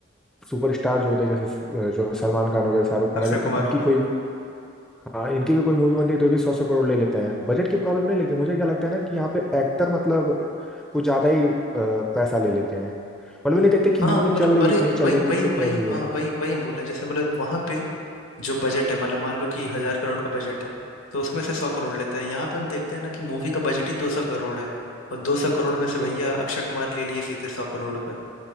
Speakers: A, in the centre; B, on the left (about 80°).
A: सुपरस्टार जो होते हैं जैसे अ, जो सलमान खान हो गया
B: हम्म,
A: शाहरुख खान
B: अक्षय
A: अगर किस-
B: कुमार
A: इनकी
B: हो गया
A: कोई हाँ इनकी भी कोई मूवी बनती है तो ये भी सौ सौ करोड़ ले लेते हैं बजट की प्रॉब्लम नहीं लगती मुझे क्या लगता है ना कि यहाँ पे एक्टर मतलब कुछ ज्यादा ही अ, पैसा ले लेते हैं मतलब ये नहीं देखते कि
B: हाँ
A: मूवी
B: मतलब
A: चल रही
B: अरे
A: है कि नहीं
B: वही
A: चल रही मूवी
B: वही वही
A: कैसी है
B: हाँ वही वही हम बोल रहे हैं जैसे मतलब वहां पे जो बजट है मतलब मान लो कि हजार करोड़ का बजट है तो उसमें से सौ करोड़ लेता है यहाँ पे हम देखते हैं ना कि मूवी का बजट ही दो सौ करोड़ है और दो सौ करोड़ में से भैया अक्षय कुमार ले लिए सीधे सौ करोड़ पे